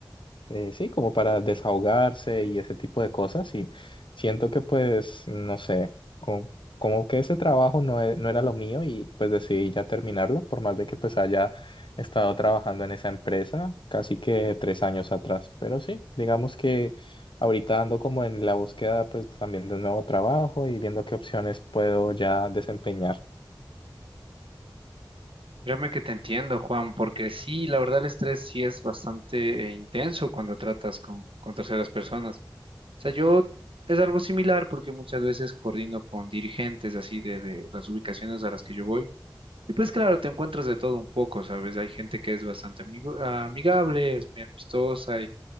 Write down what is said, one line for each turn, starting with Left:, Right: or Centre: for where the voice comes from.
Left: eh, sí, como para desahogarse y ese tipo de cosas. Y siento que pues, no sé, como, como que ese trabajo no, e- no era lo mío y pues decidí ya terminarlo, por más de que pues haya estado trabajando en esa empresa casi que tres años atrás. Pero sí, digamos que ahorita ando como en la búsqueda pues también de un nuevo trabajo y viendo qué opciones puedo ya desempeñar.
Right: Créeme que te entiendo, Juan, porque sí, la verdad el estrés sí es bastante eh, intenso cuando tratas con, con terceras personas. O sea, yo es algo similar porque muchas veces coordino con dirigentes así de, de las ubicaciones a las que yo voy. Y pues claro, te encuentras de todo un poco, ¿sabes? Hay gente que es bastante amigo, amigable, es muy amistosa